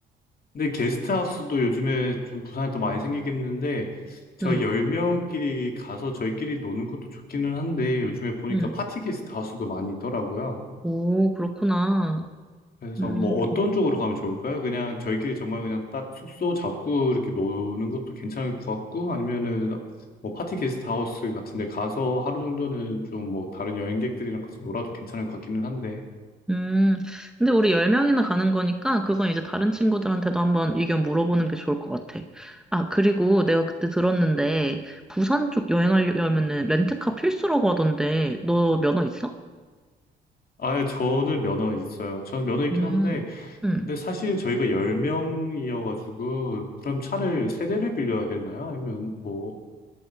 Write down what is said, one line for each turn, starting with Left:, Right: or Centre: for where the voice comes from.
Left: 근데 게스트하우스도 요즘에 좀 부산에 더 많이 생기긴 했는데, 저희
Centre: 응,
Left: 10명끼리 가서 저희끼리 노는 것도 좋기는 한데, 요즘에 보니까
Centre: 응.
Left: 파티 게스트하우스도 많이 있더라고요.
Centre: 오, 그렇구나.
Left: 그래서
Centre: 음,
Left: 뭐 어떤 쪽으로 가면 좋을까요? 그냥 저희끼리 정말 그냥 딱 숙소 잡고 이렇게 노는 것도 괜찮을 것 같고 아니면은 뭐 파티 게스트 하우스 같은 데 가서 하루 정도는 좀 뭐 다른 여행객들이랑 같이 놀아도 괜찮을 것 같기는 한데
Centre: 음. 근데 우리 10명이나 가는 거니까 그건 이제 다른 친구들한테도 한번 의견 물어보는 게 좋을 것 같아. 아, 그리고 내가 그때 들었는데 부산 쪽 여행하려면은 렌트카 필수라고 하던데 너 면허 있어?
Left: 아 저는 면허 있어요. 저는 면허 있긴
Centre: 음,
Left: 한데
Centre: 음,
Left: 근데 사실 저희가 10명이어가지고 그럼 차를 세 대를 빌려야 되나요? 아니면 뭐